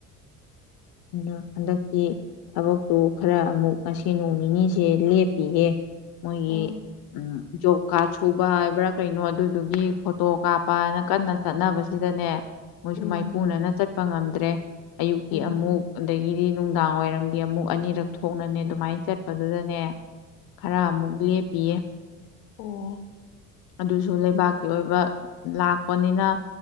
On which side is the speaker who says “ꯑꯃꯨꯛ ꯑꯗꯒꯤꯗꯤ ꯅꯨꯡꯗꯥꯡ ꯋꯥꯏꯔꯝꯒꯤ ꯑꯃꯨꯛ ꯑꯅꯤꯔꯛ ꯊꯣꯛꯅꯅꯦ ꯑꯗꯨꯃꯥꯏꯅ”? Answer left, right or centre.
Left